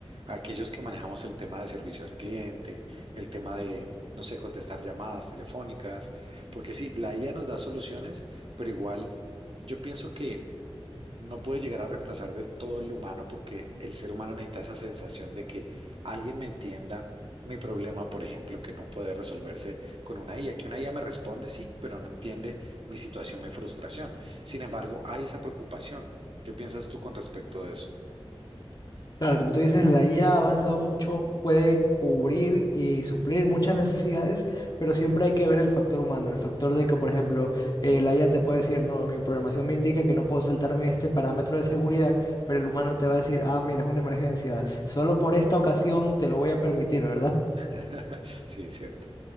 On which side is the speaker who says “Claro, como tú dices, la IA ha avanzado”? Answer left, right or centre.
Left